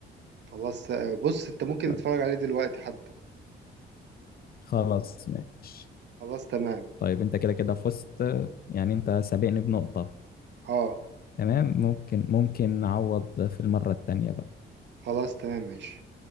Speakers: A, on the right (about 60°); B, on the left (about 50°).
A: خلاص آه، بص انت ممكن
B: طيب
A: تتفرج عليه دلوقتي حتى
B: خلاص ماشي
A: خلاص تمام
B: طيب انت كده كده فزت يعني انت سابقني بنقطة
A: اه
B: تمام ممكن ممكن نعوض في المرة التانية بقى
A: خلاص تمام ماشي